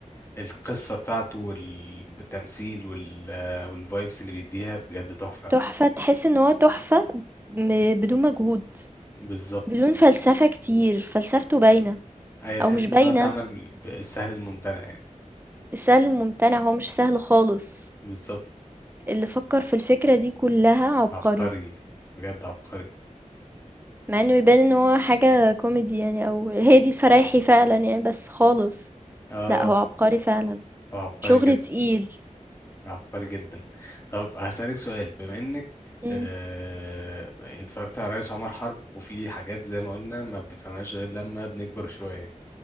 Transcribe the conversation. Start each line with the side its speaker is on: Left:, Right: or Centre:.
Left: القصة بتاعته والتمثيل وال والفايبس اللي بيديها بجد تحفة
Right: تحفة تحس إن هو تحفة م بدون مجهود،
Left: بالظبط
Right: بدون فلسفة كتير، فلسفته باينة
Left: أيوة تحس
Right: أو مش باينة،
Left: إن هو اتعمل بالسهل الممتنع يعني
Right: السهل الممتنع هو مش سهل خالص،
Left: بالظبط
Right: اللي فكّر في الفكرة دي كلّها عبقري،
Left: عبقري بجد عبقري
Right: مع إنه يبان إن هو حاجة كوميدي يعني أو هي دي الفرايحي فعلًا يعني بس خالص،
Left: اه
Right: لأ هو عبقري فعلًا،
Left: هو عبقري
Right: شغل
Left: جدا
Right: تقيل.
Left: عبقري جدا طب هسألك سؤال بما انك
Right: إمم.
Left: آه، اتفرجت على رئيس عمر حرب وفي حاجات زي ما قلنا ما بنفهمهاش غير لما بنكبر شوية